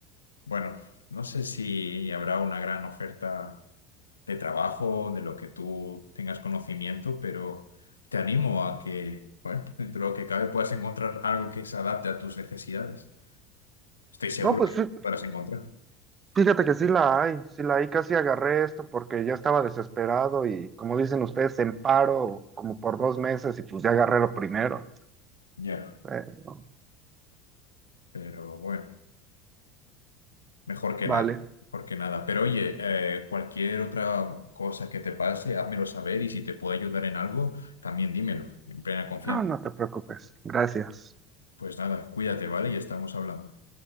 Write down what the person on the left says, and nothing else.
bueno, no sé si habrá una gran oferta de trabajo, de lo que tú tengas conocimiento, pero te animo a que, bueno, <laughs> dentro de lo que cabe puedas encontrar algo que se adapte a tus necesidades. Estoy seguro
de que
podrás encontrar.
Ya.
Pero bueno. Mejor que
nada, mejor que nada. Pero oye, eh, cualquier otra cosa que te pase, házmelo saber y si te puedo ayudar en algo, también dímelo, en plena confianza.
Pues nada, cuídate, ¿vale? Y estamos hablando.